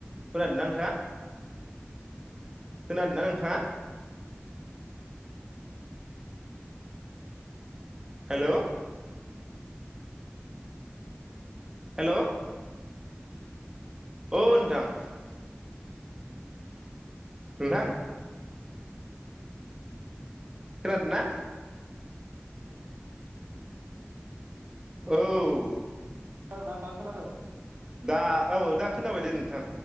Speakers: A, on the right (about 15°); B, on the right (about 50°).
A: खोनादोना नोंथाङा? खोनादोना नोंथाङा? हेलौ हेल' ओ नोंथां । नोंथां? खोनादोना? औ औ
B: खोनादोंना नोंथां खोनादों?
A: दा औ दा खोनाबाय दे नोंथां।